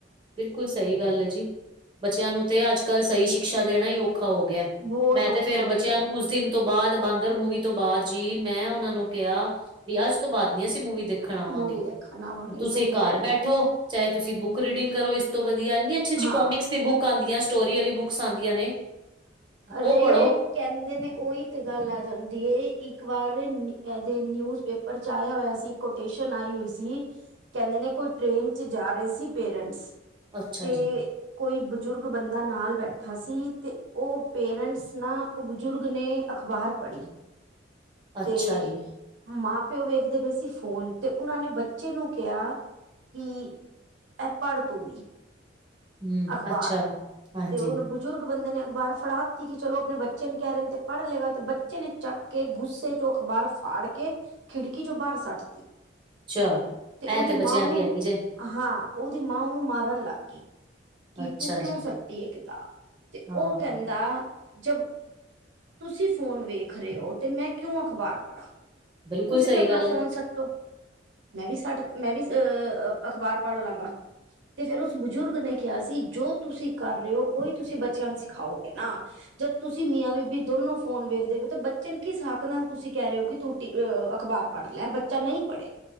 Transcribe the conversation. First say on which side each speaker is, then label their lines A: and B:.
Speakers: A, on the right; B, on the right.
A: ਬਿਲਕੁਲ ਸਹੀ ਗੱਲ ਹੈ ਜੀ, ਬੱਚਿਆਂ ਨੂੰ ਤੇ ਅੱਜ ਕੱਲ੍ਹ ਸਹੀ ਸ਼ਿਕਸ਼ਾ ਦੇਣਾ ਹੀ ਔਖਾ ਹੋ ਗਿਆ।
B: ਬਹੁਤ
A: ਮੈਂ
B: ਔਖਾ
A: ਤੇ ਫੇਰ ਬੱਚਿਆਂ
B: ਹੋ ਗਿਆ
A: ਨੂੰ ਉਸ ਦਿਨ ਤੋਂ ਬਾਅਦ ਬਾਂਦਰ ਮੂਵੀ ਤੋਂ ਬਾਅਦ ਜੀ ਮੈਂ ਉਹਨਾਂ ਨੂੰ ਕਿਹਾ, ਵੀ ਅੱਜ ਤੋਂ ਬਾਅਦ ਨੀ ਅਸੀਂ ਮੂਵੀ ਦੇਖ ਰਖਣ ਆਵਾਂਗੇ।
B: ਮੂਵੀ ਦੇਖਣ ਆਵਾਂਗੇ
A: ਤੁਸੀਂ
B: ਸਹੀ
A: ਘਰ
B: ਗੱਲ ਹੈ
A: ਬੈਠੋ। ਚਾਹੇ ਤੁਸੀਂ ਬੁੱਕ ਰੀਡਿੰਗ ਕਰੋ ਇਸ ਤੋਂ ਵਧੀਆ, ਇਨੀ ਅੱਛੀ -ਅੱਛੀ
B: ਹਾਂ
A: ਕੋਮਿਕਸ ਦੀ ਬੁੱਕ ਆਂਦੀ ਸਟੋਰੀ ਬੁੱਕਸ ਆਂਦੀਆਂ ਨੇ। ਉਹ
B: ਆਰੇ।
A: ਪੜ੍ਹੋ
B: ਕਹਿੰਦੇ ਨੇ ਉਹੀ ਤੇ ਗੱਲ ਆ ਜਾਂਦੀ ਇੱਕ ਵਾਰ ਨਿਊਜ਼ ਪੇਪਰ ਪਰਚਾਇਆ ਹੋਇਆ ਸੀ, ਕੋਟੇਸ਼ਨ ਆਈ ਹੋਈ ਸੀ। ਕਹਿੰਦੇ ਨੇ ਕੋਈ ਟ੍ਰੇਨ ਚ' ਜਾ ਰਹੇ ਸੀ ਪੇਰੈਂਟਸ।
A: ਅੱਛਾ
B: ਤੇ
A: ਜੀ
B: ਕੋਈ ਬਜ਼ੁਰਗ ਬੰਦਾ ਨਾਲ ਬੈਠਾ ਸੀ ਤੇ ਉਹ ਪੇਰੈਂਟਸ ਨਾ, ਬਜ਼ੁਰਗ ਨੇ ਅਖ਼ਬਾਰ ਪੜ੍ਹੀ
A: ਅੱਛਾ
B: ਤੇ
A: ਜੀ
B: ਮਾਂ- ਪਿਓ ਵੇਖਦੇ ਪਏ ਸੀ ਫੋਨ ਤੇ ਉਹਨਾਂ ਨੇ ਬੱਚੇ ਨੂੰ ਕਿਹਾ, ਕਿ ਇਹ ਪੜ੍ਹ ਤੂੰ ਵੀ
A: ਹਮ
B: ਅਖਬਾਰ।
A: ਅੱਛਾ ਹਾਂਜੀ
B: ਤੇ ਉਹਨੂੰ ਬਜ਼ੁਰਗ ਬੰਦੇ ਨੇ ਅਖਬਾਰ ਫੜਾ ਦਿੱਤੀ ਕਿ ਚਲੋ ਆਪਣੇ ਬੱਚੇ ਨੂੰ ਕਹਿ ਰਹੇਣ ਤੇ ਪੜ੍ਹ ਲਏਗਾ ਤੇ ਬੱਚੇ ਨੇ ਚੱਕ ਕੇ ਗੁੱਸੇ ਚੋਂ ਅਖ਼ਬਾਰ ਫਾੜ ਕੇ ਖਿੜਕੀ ਚੋਂ ਬਾਹਰ ਸੱਟ
A: ਚਲੋ
B: ਤੇ ਉਹਦੀ
A: ਇਹ
B: ਮਾਂ
A: ਬੱਚਿਆਂ
B: ਉਹਨੂੰ
A: ਦੀ ਹੈਗੀ ਜੇ
B: ਹਾਂ, ਉਹਦੀ ਮਾਂ ਉਹਨੂੰ ਮਾਰਨ ਲੱਗ ਗਈ। ਕਿ
A: ਅੱਛਾ
B: ਤੂੰ ਕਿਉਂ
A: ਜੀ
B: ਸੱਤੀ ਕਿਤਾਬ, ਤੇ
A: ਹਾਂ
B: ਉਹ ਕਹਿੰਦਾ ਜਬ ਤੁਸੀਂ ਫੋਨ ਵੇਖ ਰਹੇ ਹੋ ਤੇ ਮੈਂ ਕਿਉਂ ਅਖ਼ਬਾਰ ਪੜ੍ਹਾਂ।
A: ਬਿਲਕੁਲ
B: ਤੁਸੀਂ
A: ਸਹੀ
B: ਵੀ ਆਪਣਾ
A: ਗੱਲ
B: ਫੋਨ
A: ਹੈ
B: ਸੱਟੋ। ਮੈਂ ਵੀ ਸੱਟ ਮੈਂ ਵੀ ਅਹ ਅਖ਼ਬਾਰ ਪੜ੍ਹ ਲਾਂਗਾ। ਤੇ ਫੇਰ ਉਸ ਬਜ਼ੁਰਗ ਨੇ ਕਿਹਾ ਸੀ ਜੋ ਤੁਸੀਂ ਕਰ ਰਹੇ ਹੋ ਉਹੀ ਤੁਸੀਂ ਬੱਚਿਆਂ ਨੂੰ ਸਿਖਾਓਗੇ ਨਾ। ਜ ਤੁਸੀਂ ਮੀਆਂ- ਬੀਬੀ ਦੋਨੋ ਫੋਨ ਵੇਖਦੇ ਬੱਚੇ ਨੂੰ ਕੀ ਸਾਬ ਨਾਲ ਤੁਸੀਂ ਕਹਿ ਰਹੇ ਹੋ ਕਿ ਤੂੰ ਅਖ਼ਬਾਰ ਪੜ੍ਹ ਲੈ ਬੱਚਾ ਨਹੀਂ ਪੜ੍ਹੇ